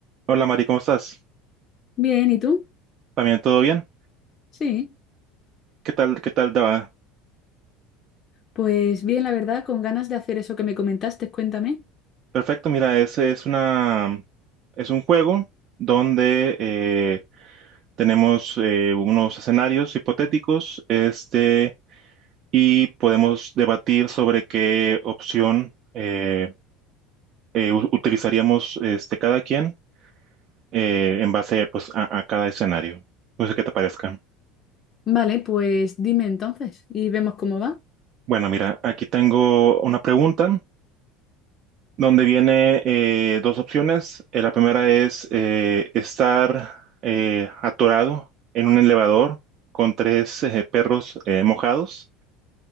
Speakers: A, on the right; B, on the left.
A: Hola Mari, ¿cómo estás?
B: Bien, ¿y tú?
A: ¿También todo bien?
B: Sí,
A: ¿Qué tal, qué tal te va?
B: pues bien, la verdad, con ganas de hacer eso que me comentaste, cuéntame.
A: Perfecto, mira, ese es una es un juego donde eh, tenemos eh, unos escenarios hipotéticos, este, y podemos debatir sobre qué opción eh, eh, u- utilizaríamos este, cada quien eh, en base pues, a, a cada escenario. No sé qué te parezca.
B: Vale, pues dime entonces y vemos cómo va.
A: Bueno, mira, aquí tengo una pregunta donde viene eh, dos opciones. Eh, la primera es eh, estar eh, atorado en un elevador con tres eh, perros eh, mojados